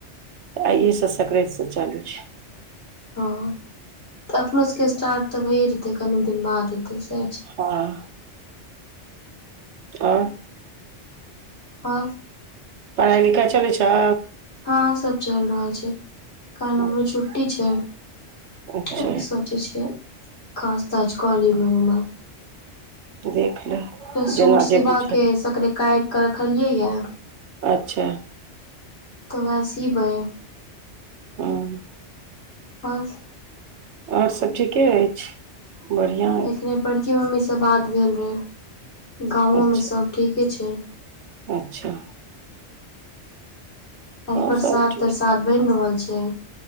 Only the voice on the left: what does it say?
हँ, त अपनो सबके स्टार्ट त भैए जेतै, कनी दिन बाद हेतै सैह छै।
आओर?
हँ सब चलि रहल छै, कालि हमरो
छुट्टी छै। <inaudible>
आओर सब? जे छै, <inaudible> काज-ताज क ली एम्हर-उम्हर‌
एकटा सूट
सिबाके
अछि, तकरे काटिक रखलियैए।
ओकर बाद सीबै।
आओर?
एकबेर बड़की मम्मी सं बात भेल रहै गाँवो
में सब ठीके छै।
आ प्रसाद
तरसाद बनि रहल छै?